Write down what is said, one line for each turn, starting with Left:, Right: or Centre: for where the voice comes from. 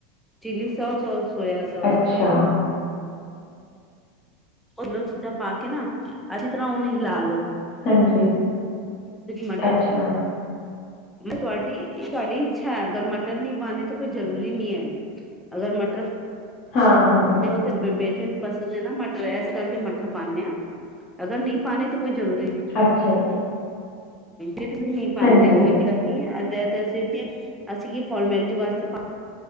Centre: ਚੀਲੀ ਸੌਸ ਔਰ ਸੋਇਆ ਸੌਸ।
Left: ਅੱਛਾ
Centre: ਦੋਨੋ ਚੀਜ਼ਾਂ ਪਾ ਕੇ ਨਾ ਅੱਛੀ ਤਰ੍ਹਾਂ ਉਹਨੂੰ ਹਿਲਾ ਲੋੋ।
Left: ਹਾਂਜੀ
Centre: ਮਟਰ
Left: ਅੱਛਾ।
Centre: ਤੁਹਾਡੀ ਤੁਹਾਡੀ ਇੱਛਾ ਹੈ ਅਗਰ ਮਟਰ ਨੀ ਪਾਣੇ ਤਾਂ ਕੋਈ ਜ਼ਰੂਰੀ ਨਹੀਂ ਹੈ। ਅਗਰ ਮਟਰ
Left: ਹਾਂ-ਹਾਂ
Centre: ਤੇ ਬੇਟੇ ਨੂੰ ਪਸੰਦ ਐ ਨਾ ਮਟਰ ਇਸ ਕਰਕੇ ਮਟਰ ਪਾਨੇ ਆ ਅਗਰ ਨਈ ਪਾਣੇ ਤਾਂ ਕੋਈ ਜ਼ਰੂਰੀ
Left: ਅੱਛਾ ਜੀ।
Centre: ਹਿੱਟ ਵੀ ਨੀ ਪਾਂਦੇ
Left: ਹਾਂਜੀ
Centre: ਕੋਈ ਦਿੱਕਤ <unintelligible> ਅਸੀਂ ਕੀ ਫੋਰਮੈਲਿਟੀ ਵਾਸਤੇ ਪ